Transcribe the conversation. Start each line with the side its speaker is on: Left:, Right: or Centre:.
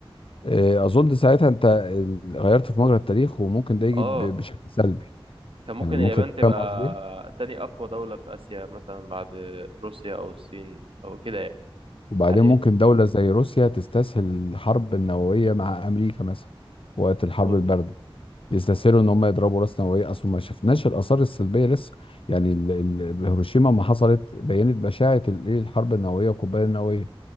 Left: إيه أظن ساعتها أنت غيرت في مجرى التاريخ وممكن ده يجي
Right: أه
Left: ب- بشكل سلبي
Right: كان ممكن
Left: يعني
Right: اليابان
Left: ممكن
Right: تبقى
Left: فاهم قصدي
Right: تاني أقوى دولة في آسيا مثلا بعد روسيا أو الصين أو كده يعني
Left: وبعدين
Right: حاليا
Left: ممكن دولة زي روسيا تستسهل الحرب النووية مع أمريكا مثلا وقت الحرب
Right: ممكن
Left: الباردة يستسهلوا إن هم يضربوا رأس نووية أصل ما شفناش الآثار السلبية لسه يعني ال- ال- هيروشيما ما حصلت بينت بشاعة ال- إيه الحرب النووية والقنبلة النووية